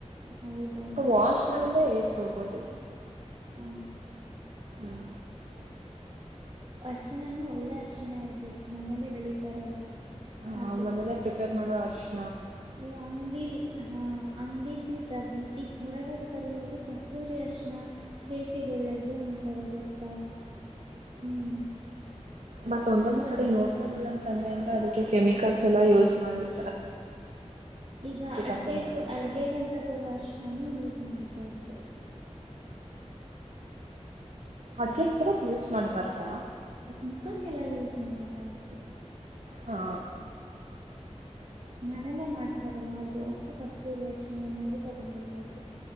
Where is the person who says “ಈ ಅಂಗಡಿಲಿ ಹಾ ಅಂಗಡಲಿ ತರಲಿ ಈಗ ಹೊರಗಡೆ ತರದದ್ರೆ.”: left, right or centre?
Right